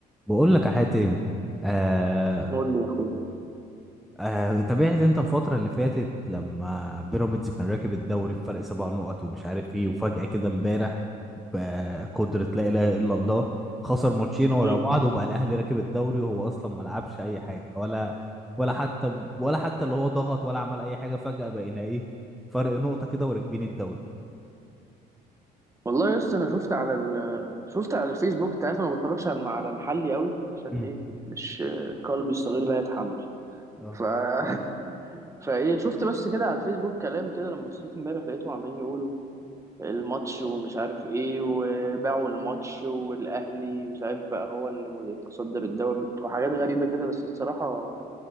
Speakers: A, in the centre; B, on the right (about 15°).
A: بقول لك يا حاتم آه
B: قول لي يا اخويا
A: آه تابعت انت الفترة اللي فاتت لما بيراميدز كان راكب الدوري بفرق سبع نقط ومش عارف ايه وفجأة كده امبارح بقدرة لا إله إلا الله خسر ماتشين ورا
B: مم.
A: بعض وبقى الأهلي راكب الدوري وهو أصلا ما لعبش أي حاجة ولا ولا حتى ولا حتى اللي هو ضغط ولا عمل أي حاجة فجأة بقينا ايه فرق نقطة كده وراكبين الدوري
B: والله يا اسطى انا شفت على ال... شفت على الفيسبوك انت عارف انا ما بتفرجش على على محلي قوي عشان
A: مم.
B: ايه مش قلبي الصغير لا يتحمل
A: اه
B: ف... <laughs> فايه شفت بس كده على الفيسبوك كلام كده لما صحيت امبارح لقيتهم عمالين يقولوا الماتش ومش عارف ايه وباعوا الماتش والاهلي مش عارف بقى هو اللي متصدر الدوري وحاجات غريبة كده بس الصراحة